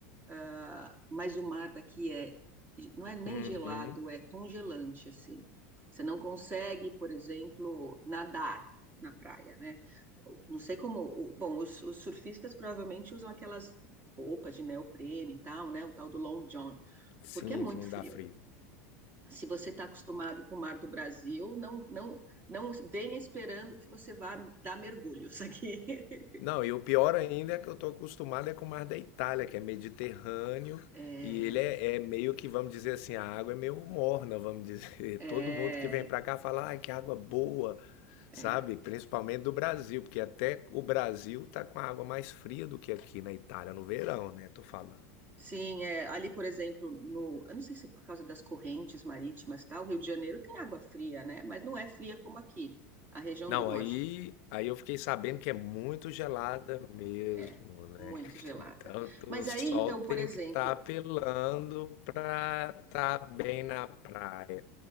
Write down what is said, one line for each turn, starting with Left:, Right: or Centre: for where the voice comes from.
Right: Ah, mas o mar daqui é, não é nem
Left: uhum,
Right: gelado, é congelante, assim. Você não consegue, por exemplo, nadar na praia, né? Não sei como. o- Bom, os, os surfistas provavelmente usam aquelas roupas de neoprene e tal, né? O tal do long john,
Left: sim,
Right: porque é muito
Left: que não
Right: frio.
Left: dá frio.
Right: Se você está acostumado com o mar do Brasil, não, não, não venha esperando que você vá dar mergulhos aqui. <laughs>
Left: Não, e o pior ainda é que eu tô acostumado é com o mar da Itália, que é Mediterrâneo,
Right: É,
Left: e ele é, é meio que, vamos dizer assim, a água é meio morna, vamos dizer.
Right: é,
Left: <laughs> Todo mundo que vem pra cá fala, ai, que água boa, sabe?
Right: é.
Left: Principalmente do Brasil, porque até o Brasil tá com a água mais fria do que aqui na Itália, no verão, né? Tô falando.
Right: Sim, é, ali, por exemplo, no, eu não sei se é por causa das correntes marítimas e tal, o Rio de Janeiro tem água fria, né? Mas não é fria como aqui, a região
Left: Não,
Right: do norte.
Left: aí, aí eu fiquei sabendo que é muito gelada mesmo,
Right: É,
Left: né?
Right: muito gelada.
Left: Tanto
Right: Mas
Left: o sol
Right: aí, então,
Left: tem
Right: por exemplo,
Left: que estar apelando para estar bem na praia.